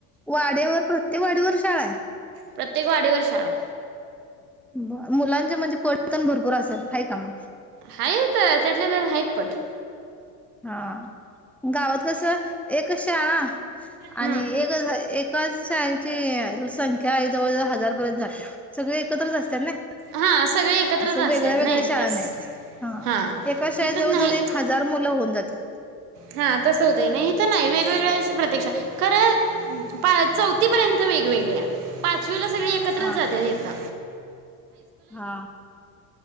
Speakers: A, in the centre; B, on the right (about 80°).
A: वाड्यावर प्रत्येक वाडीवर शाळा हाय.
B: प्रत्येक वाडीवर शाळा हाय.
A: ब मुलांचे म्हणजे पट पण भरपूर असलं आहे का मग?
B: हायीत त्यातल्या त्यात हायीत पट
A: हा गावात कसं एक शाळा
B: हं.
A: आणि एक कसं हाय एकाच शाळेची संख्या जवळ जवळ हजारपर्यंत जात्या. सगळे एकत्रच असत्यात नाही.
B: हां सगळे एकत्रच
A: असं
B: असतात
A: वेगळ्या वेगळ्या
B: नाही
A: शाळा
B: तस
A: नाहीच. हा
B: हां.
A: एका शाळेत
B: हिथं
A: जवळ
B: नाही
A: जवळ एक हजार मुलं होऊन जात्यात.
B: हा तसं होतय नाही हित नाही, वेगवेगळ्या प्रत्येक शाळा खरं पा, चौथी पर्यंत वेगवेगळ्या, पाचवीला सगळी एकत्रच
A: हा
B: जात्यात हितं.
A: हा